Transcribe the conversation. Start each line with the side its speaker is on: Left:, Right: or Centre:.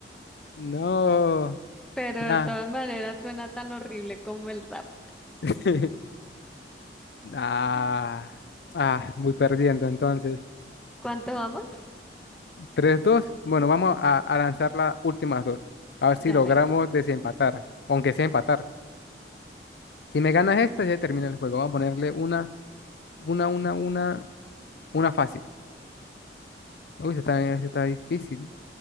Left: No,
Centre: pero
Left: nada.
Centre: de todas maneras suena tan horrible como el rap.
Left: <laughs> Nah.
Centre: <laughs>
Left: Ah, muy perdiendo entonces.
Centre: ¿Cuánto vamos?
Left: tres dos Bueno, vamos a, a lanzar las últimas dos. A ver
Centre: Dale,
Left: si logramos
Centre: a ver.
Left: desempatar. Aunque sea empatar. Si me ganas esta, ya termina el juego. Vamos a ponerle una, una, una, una, una fácil. Uy, esta está, esta está difícil.